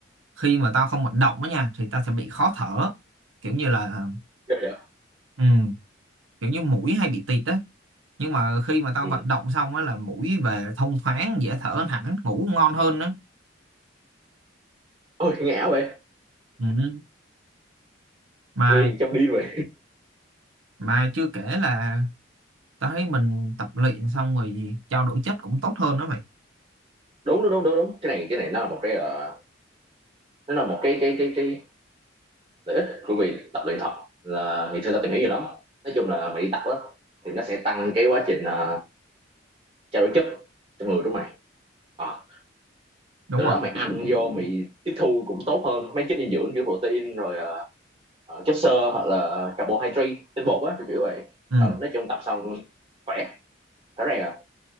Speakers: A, on the right; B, on the right.
A: khi mà tao không vận động á nha thì tao sẽ bị khó thở kiểu như là
B: Ghê vậy?
A: ừ, kiểu như mũi hay bị tịt á nhưng mà khi mà tao
B: ừ.
A: vận động xong á là mũi về thông thoáng dễ thở hẳn ngủ ngon hơn nữa
B: ôi nghe ảo vậy
A: ừ. mà
B: nghe trong điên vậy
A: mà chưa kể là tao thấy mình tập luyện xong rồi trao đổi chất cũng tốt hơn đó mày
B: đúng đúng đúng đúng đúng cái này cái này nó là một cái ờ, nó là một cái cái cái cái lợi ích của việc tập luyện thật là thì xưa tao tìm hiểu nhiều lắm nói chung là mày đi tập á thì nó sẽ tăng cái quá trình ờ, trao đổi chất trong người của mày Ờ,
A: đúng
B: từ
A: rồi
B: đó mày ăn vô mày tiếp thu cũng tốt hơn mấy chất dinh dưỡng kiểu protein rồi ờ, ờ, chất xơ hoặc là carbohydrate tinh bột á kiểu kiểu vậy
A: ừ
B: ờ nói chung tập xong khỏe thế này à